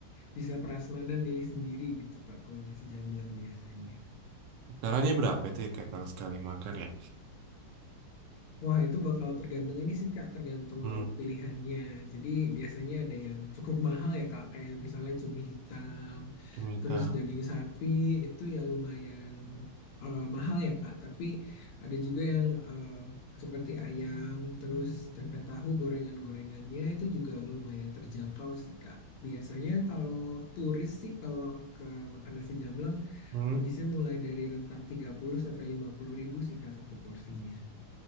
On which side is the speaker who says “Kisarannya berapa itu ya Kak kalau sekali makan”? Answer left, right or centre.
Right